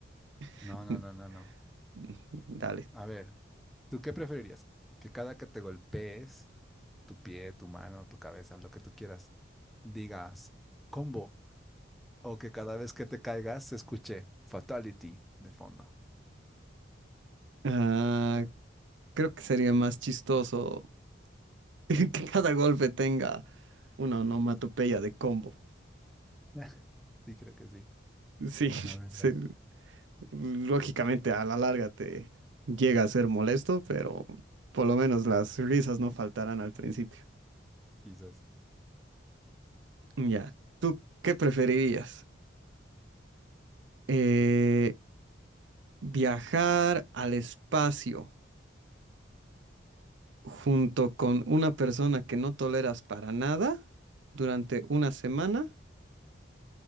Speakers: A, on the right (about 75°); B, in the centre.
A: <laughs>
B: No, no,
A: N-
B: no, no, no.
A: n- Dale.
B: A ver, ¿tú qué preferirías? Que cada que te golpees, tu pie, tu mano, tu cabeza, lo que tú quieras, digas combo. O que cada vez que te caigas se escuche fatality de fondo.
A: Ah, creo que sería más chistoso <laughs> que cada golpe tenga una onomatopeya de combo.
B: <laughs> Sí, creo que sí.
A: Sí, <laughs>
B: La verdad,
A: se- lógicamente a la larga te llega a ser molesto, pero por lo menos las risas no faltarán al principio.
B: quizás.
A: Ya, ¿tú qué preferirías? Eh, ¿viajar al espacio junto con una persona que no toleras para nada durante una semana